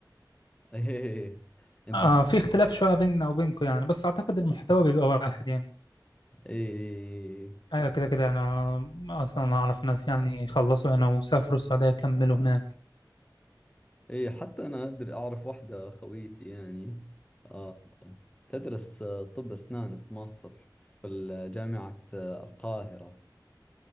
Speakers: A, on the left; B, on the left.
A: <laughs> إيه أنتم
B: آه في اختلاف شوية بيننا وبينكم يعني بس أعتقد المحتوى بيبقى واحد يعني
A: إي
B: أيوة كده كده أنا أصلا أعرف ناس يعني خلصوا هنا وسافروا السعودية كملوا هناك
A: إيه حتى أنا أدري أعرف واحدة خويتي يعني آه تدرس آه، طب أسنان في مصر في ال- جامعة آه، القاهرة